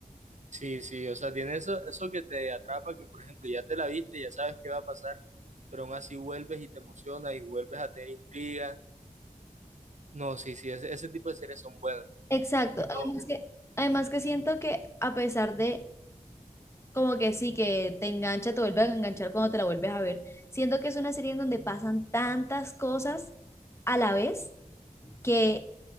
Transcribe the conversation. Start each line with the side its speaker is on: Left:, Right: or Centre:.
Right: Sí, sí, o sea, tiene eso, eso que te atrapa, que por ejemplo ya te la viste, ya sabes qué va a pasar, pero aún así vuelves y te emocionas y vuelves a tener intriga No, sí, sí, ese, ese tipo de series son buenas.
Left: Exacto.
Right: Lo-
Left: Además que, además que siento que a pesar de Como que sí, que te engancha, te vuelve a enganchar cuando te la vuelves a ver. Siento que es una serie en donde pasan tantas cosas a la vez que